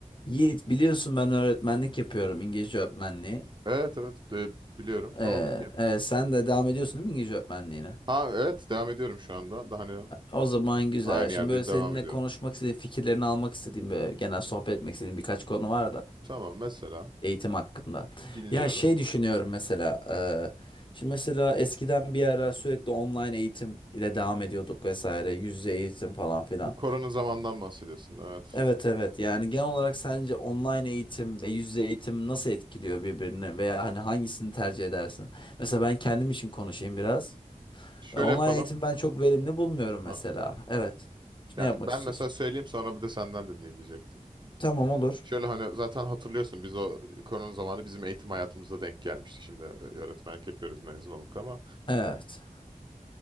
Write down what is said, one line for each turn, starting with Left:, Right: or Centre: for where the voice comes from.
Left: Yiğit biliyorsun ben öğretmenlik yapıyorum İngilizce öğretmenliği.
Right: Evet evet de- biliyorum. Ne
Left: Ee,
Right: oldu ki?
Left: evet, sen de devam ediyorsun değil mi İngilizce öğretmenliğine?
Right: Ha evet devam ediyorum şu anda. Daha hani
Left: O zaman güzel.
Right: aynı
Left: Şimdi
Right: yerde
Left: böyle seninle
Right: devam ediyorum.
Left: konuşmak istediğim, fikirlerini almak istediğim, böyle genel sohbet etmek istediğim birkaç konu var da
Right: Tamam mesela
Left: eğitim hakkında.
Right: dinliyorum.
Left: Ya şey düşünüyorum mesela. e, şimdi mesela eskiden bir ara sürekli online eğitim ile devam ediyorduk vesaire, yüz yüze eğitim falan filan.
Right: Bu korona zamandan bahsediyorsun. Evet.
Left: Evet evet yani genel olarak sence online eğitim ve yüz yüze eğitim nasıl etkiliyor birbirini veya hani hangisini tercih edersin? Mesela ben kendim için konuşayım biraz.
Right: Şöyle
Left: E, Online
Right: yapalım.
Left: eğitim ben çok verimli bulmuyorum mesela.
Right: Ha.
Left: Evet.
Right: Yani
Left: Ne yapmak
Right: ben
Left: istiyorsun?
Right: mesela söyleyeyim sonra bir de senden dinleyeyim diyecektim.
Left: Tamam olur.
Right: Şöyle hani zaten hatırlıyorsun biz o korona zamanı bizim eğitim hayatımıza denk gelmişti. Şimdi e, öğretmenlik yapıyoruz mezun olduk ama.
Left: Evet.